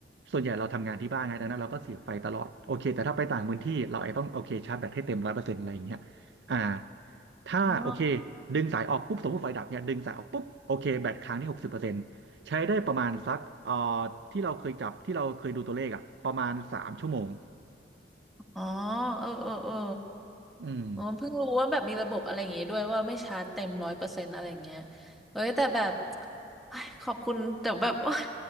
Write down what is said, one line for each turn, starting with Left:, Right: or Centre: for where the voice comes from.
Right: ส่วนใหญ่เราทำงานที่บ้านไงดังนั้นเราก็เสียบไฟตลอดโอเคแต่ถ้าไปต่างพื้นที่เราไอ้ต้องโอเคชาร์จแบตให้เต็มร้อยเปอร์เซ็นต์อะไรอย่างเงี้ยอ่า ถ้าโอเค
Centre: อ๋อ
Right: ดึงสายออกปุ๊บสมมติไฟดับเนี่ยดึงสายออกปุ๊บโอเคแบตค้างที่หกสิบเปอร์เซ็นต์ใช้ได้ประมาณสักเอ่อที่เราเคยจับที่เราเคยดูตัวเลขอะประมาณสามชั่วโมง
Centre: อ๋อเออเออเออ
Right: อืม
Centre: อ๋อเพิ่งรู้ว่าแบบมีระบบอะไรอย่างงี้ด้วยว่าไม่ชาร์จเต็มร้อยเปอร์เซ็นต์อะไรอย่างเงี้ยเอ้ยแต่แบบเอ้ยขอบคุณแต่แบบโอ๊ย